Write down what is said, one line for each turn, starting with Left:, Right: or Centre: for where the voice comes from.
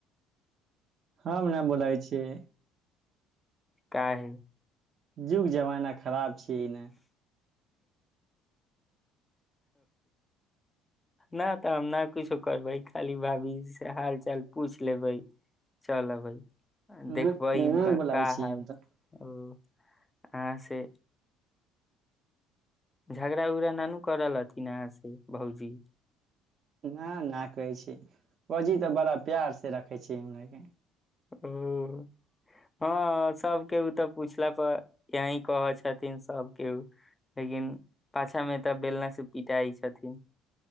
Right: हँ न बोलै छीियै
Left: क ह
Right: जुग जमाना खराब छी ने
Left: नहि तऽ हम नहि किछो करबै खाली भाभीी से हाल चाल पूछि लेबै चल अबै
Right: नहि
Left: देखबनका
Right: बोलाबै
Left: क
Right: छी
Left: हाल
Right: हम तऽ
Left: आहाँ से झगड़ा उगड़ा नानू करल हथिन अहाँ से भउजी
Right: न न करै छी पौजी तऽ बड़ा प्यार से रखै छी हमरा के
Left: ओ हँ सब केहू तऽ पूछला पर यही कहै छथिन सब केहू लेकिन पाछा मे तऽ बेलना पिटाइ छथिन